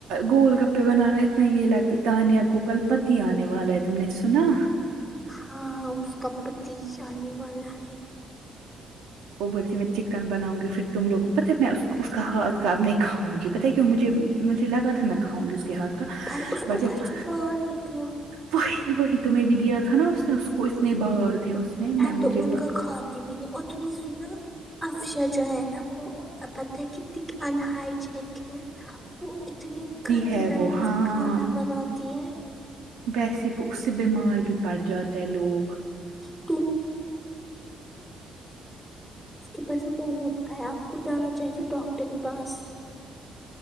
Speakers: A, on the right; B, in the centre.
A: گول گپے بنانا ہے اتنا یہ لگتا تانیہ کو کل پتی آنے والا ہے تم نے سنا
B: ہاں اس کاپتی آنے والا ہے
A: وہ بولتی میں چکن بناؤں گی پھر تم لوگ پتا میں اس کا ہاتھ کا نہیں کاؤں گی پتا کیا مجھے مجھے لگا تھا میں کھاؤں گی اس کے ہاتھ کا
B: پر اس
A: ب
B: کو
A: جب
B: پرسوں باہر نکلا
A: وہی وہی تمہیں بھی دیا تھا نا اس نے اس کو اتنے بال تھے اس میں مجھے
B: تو ان
A: وہ
B: کا کھاتی بھی اور تم نے سنا افشا جو ہے نا وہ پتا ہے کتنی انہائجینک ہے وہ اتنی گندی
A: ہے
B: طریقے
A: وہ ہاں
B: سے کھانا بناتی ہے
A: ویسے اس سے بیمار بھی پڑ جاتا ہے لوگ
B: <unintelligible> اس کے پاس موموز کا ہے آپ کو جانا چاہیے تو ڈاکٹر کے پاس